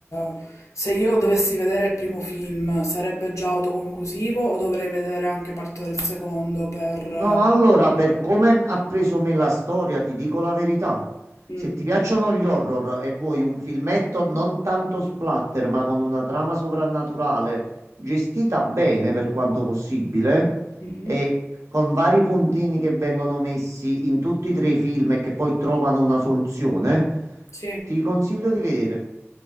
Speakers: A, on the left (about 85°); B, on the right (about 80°).
A: eh, se io dovessi vedere il primo film, sarebbe già autoconclusivo o dovrei vedere anche parte del secondo per... eh,
B: No, allora, per come ha preso me la storia, ti dico la verità.
A: mm,
B: Se ti piacciono gli horror e vuoi un filmetto non tanto splatter, ma con una trama sovrannaturale gestita bene per quanto possibile
A: mhm,
B: e con vari puntini che vengono messi in tutti e tre i film e che poi trovano una soluzione,
A: Sì.
B: ti consiglio di vedere.